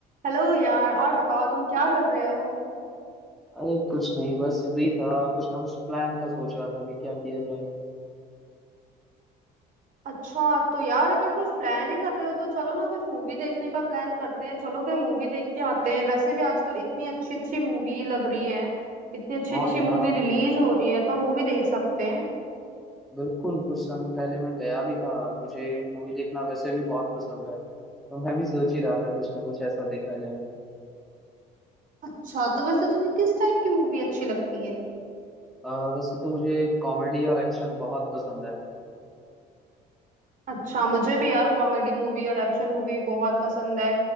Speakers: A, on the right; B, in the centre.
A: Hello यार और बताओ तुम क्या कर रहे हो
B: अरे कुछ नहीं बस फ्री था कुछ ना कुछ प्लान का सोच रहा था अभी क्या किया जाए
A: अच्छा तो यार अगर कुछ प्लान ही कर रहे हो तो चलो ना कुछ मूवी देखने का प्लान करते हैं चलो कोई मूवी देख के आते हैं वैसे भी आजकल इतनी अच्छी अच्छी मूवी लग रही है इतनी अच्छी
B: हाँ
A: अच्छी
B: यार
A: मूवी रिलीज हो रही है तो मूवी देख सकते हैं
B: बिल्कुल कुछ समय पहले मैं गया भी था मुझे मूवी देखना वैसे भी बहुत पसंद है तो मैं भी सोच ही रहा था कुछ ना कुछ ऐसा देखा जाए
A: अच्छा तो वैसे तुम्हें किस टाइप की मूवी अच्छी लगती है
B: आ, वैसे तो मुझे कॉमेडी और एक्शन बहुत पसंद है
A: अच्छा मुझे भी यार कॉमेडी मूवी और एक्शन मूवी बहुत पसंद है